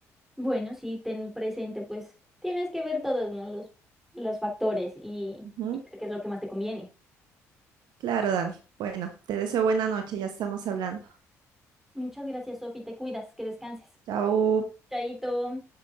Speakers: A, in the centre; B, on the right.
A: Bueno, sí, ten presente, pues tienes que ver todos, ¿no? Los, los factores y,
B: Ujú.
A: y ver qué es lo que más te conviene.
B: Claro, Dani. Bueno, te deseo buena noche, ya estamos hablando.
A: Muchas gracias, Sofi, te cuidas, que descanses.
B: Chao.
A: Chaito.